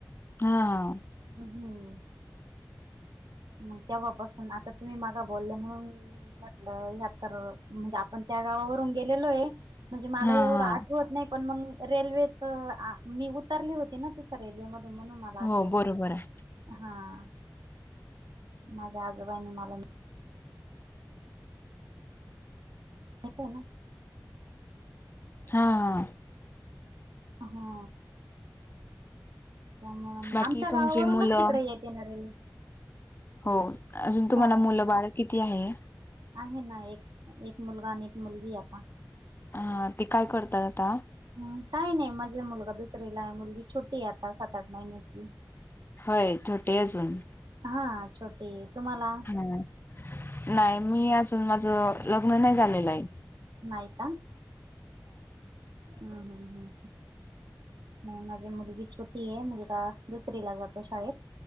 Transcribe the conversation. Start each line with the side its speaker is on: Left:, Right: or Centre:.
Left: हा.
Right: हम्म. मग तेव्हापासून... आता तुम्ही मघा बोलल्या म्हणून म्हटलं... ह्या तर... म्हणजे आपण त्या गावावरून गेलेलो ए. म्हणजे मला
Left: हा
Right: एवढं
Left: हा हा
Right: आठवत नाही पण मग रेल्वेचं.. मी उतरली होती ना तिथं रेल्वे मधून... म्हणून मला आठवतय.
Left: हो बरोबर आहे
Right: हा... माझ्या आजोबांनी मला आहे येतंय ना?
Left: हा.
Right: अं... हा. त्यामुळे मग...
Left: बाकी
Right: आमच्या... गावावरूनच
Left: तुमचे मुलं
Right: तिकडे येते ना रेल्वे.
Left: हो... अजून तुम्हाला
Right: हो
Left: मुलं बाळ किती हाये?
Right: आहे ना एक... एक मुलगा आणि एक मुलगी ए आता
Left: अं... ते काय करतात आता?
Right: हम्म... काही नाही... माझा मुलगा दुसरीला आहे... मुलगी छोटी आता... सात आठ महिन्याची.
Left: होय.... छोटी ए अजून
Right: हा... छोटी ए... तुम्हाला?
Left: हं... नाही... मी अजून... माझं लग्न नाही झालेलं ए.
Right: नाही का... हं हं हं. नाही... माझी मुलगी छोटी ए.... मुलगा दुसरीला जातो शाळेत.